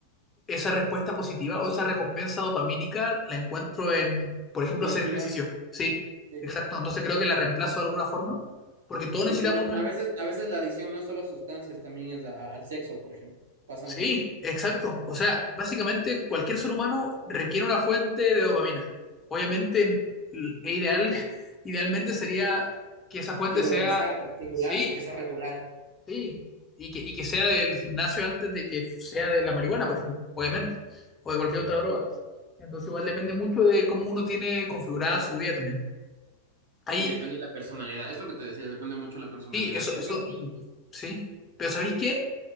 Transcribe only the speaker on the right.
en el
gimnasio,
sí.
Porque
no,
a veces, a veces la adicción no es solo a sustancias, también es a- al sexo, por ejemplo. Pasa
mucho.
Regularizar,
regular,
que sea regular.
Y depende de la personalidad. Esto que te decía, depende mucho de la personalidad.
Y
yo, y-